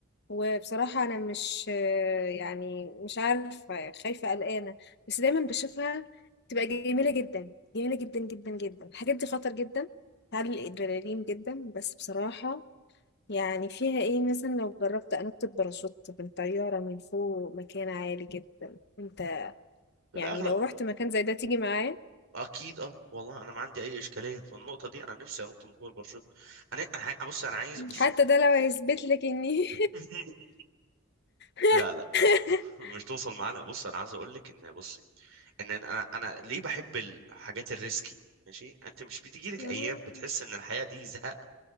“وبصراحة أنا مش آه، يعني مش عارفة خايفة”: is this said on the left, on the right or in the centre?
Left